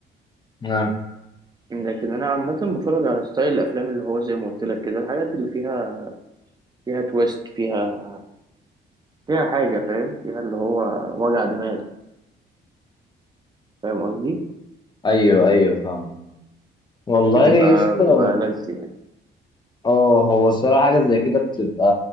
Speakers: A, on the left; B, on the right.
A: نعم
B: لكن انا عامه بتفرج على ستايل الافلام اللي هو زي ما قلت لك كده الحاجات اللي فيها فيها تويست فيها فيها حاجه فاهم فيها اللي هو وجع دماغ فاهم قصدي
A: ايوه ايوه فاهم والله
B: بتبقى
A: يا اسطى
B: بتبقى لذ يعني
A: اه هو الصراحه حاجه زي كده بتبقى